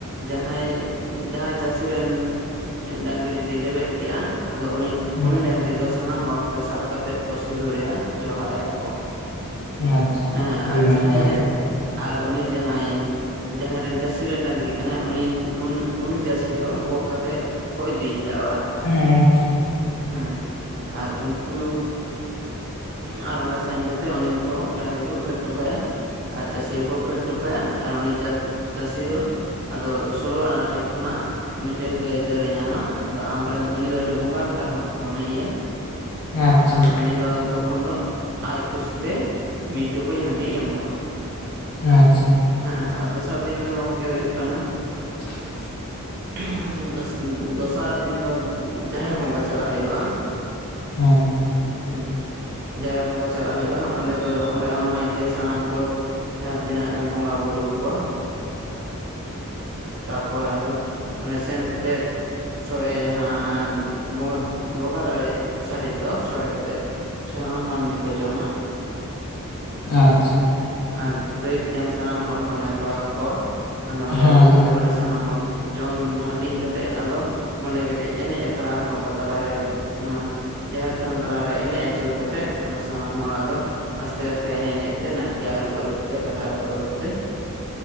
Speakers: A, on the right (about 50°); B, on the left (about 75°).
A: ᱡᱟᱦᱟᱸᱭ ᱡᱟᱦᱟᱸᱭ ᱪᱟᱹᱥᱤ ᱨᱮᱱ ᱰᱟᱝᱨᱤ ᱡᱩᱫᱤ ᱞᱮᱵᱮᱫ ᱠᱮᱜᱼᱟ᱾ ᱟᱫᱚ ᱩᱱᱤ,
B: ᱦᱮᱸ
A: ᱩᱱᱤ ᱰᱟᱝᱨᱤ ᱫᱚ ᱥᱟᱱᱟᱢ ᱦᱚᱲ ᱠᱚ ᱥᱟᱵ ᱠᱟᱛᱮᱫ ᱠᱚ ᱥᱤᱸᱫᱩᱨᱮᱭᱟ᱾ ᱡᱚᱸᱦᱟᱨᱟᱭᱟ ᱠᱚ᱾
B: ᱟᱪᱪᱷᱟ
A: ᱦᱮᱸ
B: ᱟᱹᱰᱤ
A: ᱟᱨ
B: ᱱᱟᱯᱟᱭ
A: ᱡᱟᱦᱟᱸᱭ
B: ᱜᱮ
A: ᱟᱨ ᱩᱱᱤ ᱡᱟᱦᱟᱸᱭ ᱡᱟᱦᱟᱸᱭ ᱨᱮᱱ ᱪᱟᱹᱥᱤ ᱨᱮᱱ ᱰᱟᱝᱨᱤ ᱠᱟᱱᱟᱭ, ᱩᱱᱤ ᱩᱱᱤ ᱩᱱᱤ ᱪᱟᱹᱥᱤ ᱫᱚ ᱜᱚᱜ ᱠᱟᱛᱮᱜ ᱠᱚ ᱤᱫᱤ ᱮᱭᱟ ᱚᱲᱟᱜ᱾
B: ᱦᱮᱸ, ᱟᱪᱪᱷᱟ᱾
A: ᱦᱮᱸ ᱟᱨ ᱩᱱᱠᱩ ᱦᱮᱸ ᱟᱨ ᱚᱸᱰᱮ ᱥᱮᱱ ᱠᱟᱛᱮᱫ, ᱩᱱᱤ ᱫᱚᱠᱚ ᱰᱟᱹᱝᱨᱤ ᱠᱚ ᱠᱷᱟᱹᱲ ᱦᱚᱴᱚ ᱠᱟᱭᱟ᱾ ᱟᱨ ᱪᱟᱹᱥᱤ ᱦᱚᱸᱠᱚ ᱠᱷᱟᱹᱲ ᱦᱚᱴᱚ ᱠᱟᱭᱟ, ᱟᱨ ᱩᱱᱤ ᱪᱟ ᱪᱟᱹᱥᱤ ᱫᱚ ᱟᱫᱚ ᱥᱳᱞᱳ ᱚᱱᱟ ᱴᱷᱮᱡ ᱠᱷᱚᱱᱟᱜᱼᱼ ᱢᱮᱫᱴᱮᱱ <unintelligible> ᱧᱟᱢᱟ ᱟᱫᱚ ᱟᱢᱨᱮᱱ ᱩᱱᱤ ᱫᱚ ᱟᱹᱰᱤ ᱵᱚᱸᱜᱟ ᱞᱮᱠᱟᱱ ᱦᱚᱲ ᱠᱚ ᱢᱚᱱᱮᱭᱟ᱾
B: ᱟᱪᱪᱷᱟ
A: ᱟᱫᱚ ᱩᱱᱤ ᱟᱫᱚ ᱛᱚᱠᱷᱚᱱ ᱫᱚ ᱟᱡ ᱠᱩᱥᱤ ᱛᱮ ᱢᱤᱫ ᱴᱩᱠᱩᱡ ᱦᱟᱺᱰᱤ ᱮᱢᱚᱜᱼᱟ᱾
B: ᱦᱮᱸ ᱟᱪᱪᱷᱟ
A: ᱦᱮᱸ ᱟᱨ ᱫᱚᱥᱟᱨ ᱫᱤᱱ ᱫᱚ ᱜᱚᱝᱠᱮ ᱦᱩᱭᱩᱜ ᱠᱟᱱᱟ
B: <inaudible>
A: <unintelligible> ᱫᱚᱥᱟᱨ ᱫᱤᱱ ᱫᱚ ᱡᱟᱦᱮᱨ ᱵᱚᱸᱜᱟ ᱪᱟᱞᱟᱜ ᱦᱩᱭᱩᱜᱼᱟ᱾
B: ᱦᱮᱸ
A: ᱦᱩᱸ ᱡᱟᱦᱮᱨ ᱵᱚᱸᱜᱟ ᱪᱟᱞᱟᱜ ᱦᱩᱭᱩᱜᱼᱟ᱾ᱚᱸᱰᱮ ᱫᱚ ᱚᱸᱰᱮ ᱦᱚᱸ ᱱᱟᱭᱠᱮ <unintelligible> ᱥᱟᱱᱟᱢ ᱠᱚ ᱡᱟᱦᱟᱸ ᱛᱤᱱᱟᱹᱜ ᱮᱢ ᱵᱚᱸᱜᱟ ᱵᱩᱨᱩ ᱟᱠᱚᱣᱟ ᱛᱟᱨᱯᱚᱨ ᱟᱫᱚ, ᱚᱱᱰᱮ ᱥᱮᱱ ᱠᱟᱛᱮᱫ ᱥᱚᱲᱮ ᱡᱟᱦᱟᱸ ᱵᱚᱸᱜᱟ, ᱵᱚᱸᱜᱟ ᱫᱟᱲᱮᱜ ᱥᱟᱹᱨᱤᱡ ᱫᱚ ᱥᱚᱲᱮ ᱠᱟᱛᱮᱜ ᱥᱟᱱᱟᱢ ᱢᱟᱹᱱᱢᱤ ᱠᱚ ᱡᱚᱢᱟ
B: ᱟᱪᱪᱷᱟ᱾
A: ᱟᱨ ᱫᱟᱹᱭ ᱛᱮᱧᱟᱝ ᱥᱟᱱᱟᱢ ᱦᱚᱲ ᱠᱚ ᱱᱮᱣᱛᱟ ᱠᱟᱠᱚᱣᱟ ᱟᱫᱚ ᱚᱸᱰᱮ
B: ᱦᱳᱭ
A: ᱟᱹᱜᱩ ᱠᱟᱛᱮᱼᱼ ᱚᱸᱰᱮ ᱥᱟᱱᱟᱢ ᱦᱚᱲ ᱡᱚᱢ ᱦᱟᱹᱴᱤᱧ ᱠᱟᱛᱮᱜ ᱟᱫᱚᱼᱼ ᱚᱸᱰᱮ ᱠᱟᱹᱴᱤᱡ ᱮᱱᱮᱡ ᱟᱠᱷᱲᱟ ᱵᱚᱸᱜᱟ ᱛᱟᱞᱟ ᱨᱮ ᱚᱱᱟᱼᱼ ᱡᱟᱦᱮᱨ ᱛᱷᱟᱱ ᱛᱟᱞᱟ ᱨᱮ ᱮᱱᱮᱡ ᱟᱹᱪᱩᱨ ᱠᱟᱛᱮᱫ ᱟᱫᱚ ᱥᱟᱱᱟᱢ ᱦᱚᱲ ᱟᱫᱚᱼᱼ ᱟᱥᱛᱮ ᱟᱥᱛᱮ ᱮᱱᱮᱡ ᱛᱮ ᱮᱱᱮᱡ ᱛᱮ ᱱᱟᱭᱠᱮ ᱟᱨᱩᱵ ᱟᱨᱩᱵ ᱛᱮ ᱠᱟᱴᱟ ᱟᱨᱩᱵ ᱟᱨᱩᱵ ᱛᱮᱼᱼ